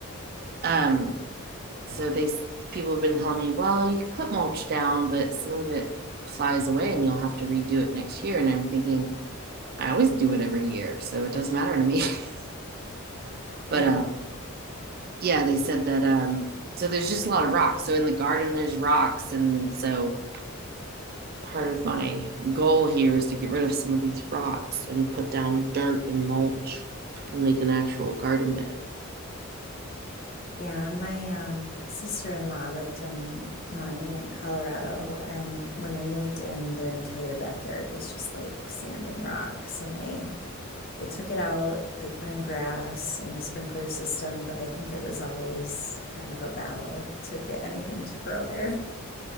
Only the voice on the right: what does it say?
Um, so they people have been telling me, well, you can put mulch down, but some of it flies away and you'll have to redo it next year. And I'm thinking, I always do it every year, so it doesn't matter to me. <laughs> But
um, yeah, they said that um so there's just a lot of rocks. So in the garden there's rocks and so part of my goal here is to get rid of some of these rocks and put down dirt and mulch and make an actual garden bed.